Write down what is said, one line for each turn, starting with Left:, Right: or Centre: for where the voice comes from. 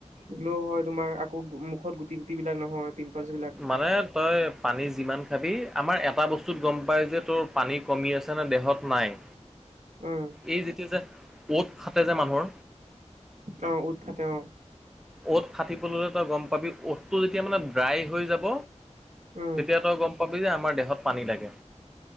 Right: বোলোও হয় তোমাৰ আকৌ মুখত গুটি গুটি বিলাক নহয়। পি্পলছবিলাক।
Centre: মানে তই। পানী যিমান খাবি আমাৰ এটা বস্তুত গম পায় যে তোৰ পানী কমি আছেনে দেহত নাই।
Right: উম
Centre: এই যেতিয়া যে ক'ত খাাটে যে মানুহৰ।
Right: অ, উতফাতে অ।
Centre: 'ট ফাটিবলৈলৈ তই গম পাবি 'টটো যেতিয়া মানে ড্ৰাই হৈ যাব।
Right: উম
Centre: তেতিয়া তই গম পাবি যে আমাৰ দেহত পানী লাগে।